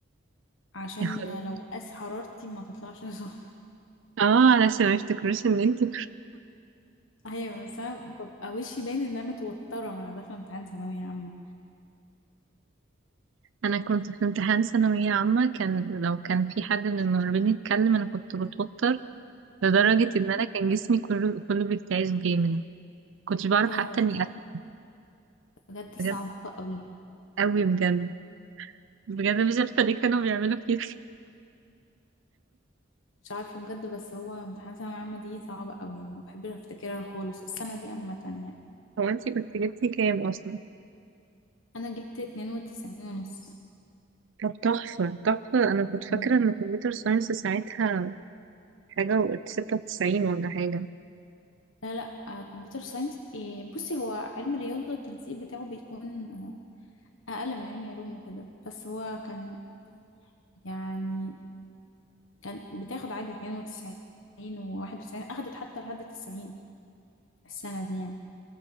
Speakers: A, on the left (about 80°); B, on the right (about 70°).
A: عشان
B: يا خبر
A: لو قاس حرارتي ما تطلعش <laughs>
B: <laughs> اه علشان ما يفتكروش ان انتي
A: ايوه بس انا ببقى وشي باين ان انا متوتره وانا داخله امتحان ثانويه عامه
B: انا كنت في امتحان ثانوية عامة كان لو كان في حد من المقربين يتكلم انا كنت بتوتر لدرجة
A: مهم.
B: ان انا كان جسمي كله كله بيرتعش جامد كنتش بعرف
A: ايوه
B: حتى
A: صعب
B: اني اكل
A: بجد
B: بجد
A: صعب قوي
B: قوي بجد بجد مش عارفة ليه كانوا بيعملوا كده
A: مش عارفه بجد بس هو امتحان ثانويه عامه دي صعبه قوي ما بحبش افتكرها خالص السنه دي عامه يعني
B: هو انتي كنت جبتي كام اصلا
A: انا جبت 92 ونص
B: طب تحفة تحفة انا كنت
A: مهم.
B: فاكرة ان الكمبيوتر ساينس ساعتها حاجة وقت ستة وتسعين ولا حاجة
A: لا لا آه، كمبيوتر ساينس إيه بصي هو علم رياضه التنسيق بتاعه بيكون آه، اقل من علم علوم وكده بس هو كان يعني كان بتاخد عادي 92 و91 اخدت حتى لحد 90 السنه دي يعني.